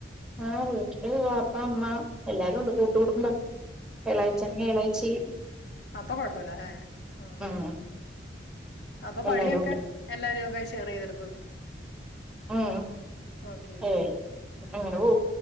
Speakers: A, in the centre; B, on the left (about 65°).
A: ആഹ് വീട്ടില് പാപ്പ അമ്മ എല്ലാരും ഉണ്ട് കൂട്ടുകൂടുുംമ്പ എളാച്ചന്ന എളാ്ച്ചി
B: അപ്പാ കുഴപ്പമില്ല ആ
A: ഉം
B: അപ്പൊ
A: എല്ലാരും
B: പണിയൊക്കെ
A: ഉണ്ട്
B: എല്ലാരും ഒക്കെ ഷെയർ ചെയ്തെടുക്കും
A: ഉം
B: ഓക്കെ
A: ഏ അങ്ങനെ പോ